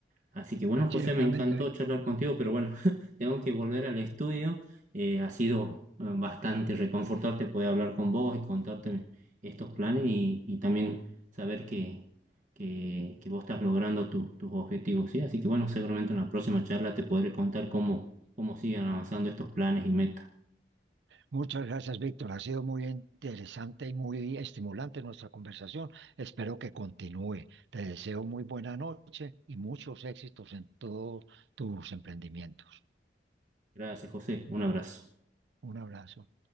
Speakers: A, on the right; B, on the right.
A: Así que bueno, José,
B: Ciertamente,
A: me encantó
B: Víctor.
A: charlar contigo, pero bueno, <laughs> tengo que volver al estudio. Eh, ha sido eh, bastante reconfortante poder hablar con vos y contarte estos planes y, y también saber que, que, que vos estás logrando tu- tus objetivos, ¿sí? Así que bueno, seguramente en la próxima charla te podré contar cómo, cómo siguen avanzando estos planes y metas.
B: Muchas gracias, Víctor. Ha sido muy interesante y muy estimulante nuestra conversación. Espero que continúe. Te deseo muy buena noche y muchos éxitos en todos tus emprendimientos.
A: Gracias, José. Un abrazo.
B: Un abrazo.